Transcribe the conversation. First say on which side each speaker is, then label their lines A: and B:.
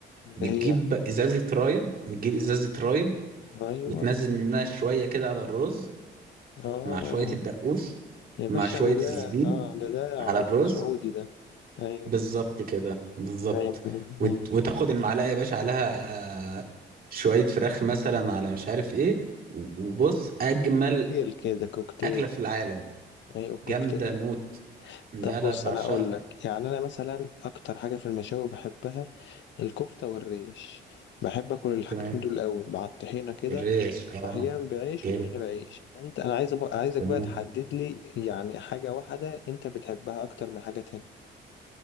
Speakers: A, on the left; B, on the right.
A: اللي
B: بتجيب
A: هي
B: ازازة رايب بتجيب ازازة رايب
A: ايوه
B: وتنزل منها شوية كده على الرز
A: اه
B: مع شوية الدقوس
A: يا باشا
B: مع شوية
A: ده ده
B: الزبيب
A: اه ده ده
B: على
A: عرف
B: الرز
A: سعودي ده ايوه
B: بالظبط كده بالظبط
A: ايوه ايوه
B: وت...
A: ايوه
B: وتاخد المعلقة يا باشا عليها آه، شوية فراخ مثلا على مش عارف ايه و- وبص اجمل
A: كوكتيل كده كوكتيل
B: اكلة في العالم
A: ايوه كوكتيل
B: جامدة موت لا
A: طب بص
B: لا بعشقها
A: انا اقول لك يعني انا مثلا اكتر حاجه في المشاوي بحبها الكفته والريش بحب اكل الحاجتين
B: تمام
A: دول قوي مع الطحينه كده
B: الريش اه
A: واحيانا بعيش
B: جامد
A: ومن غير عيش فانت انا عايز أبقى عايزك
B: تمام
A: بقى تحدد لي يعني حاجه واحده انت بتحبها اكتر من حاجه تانية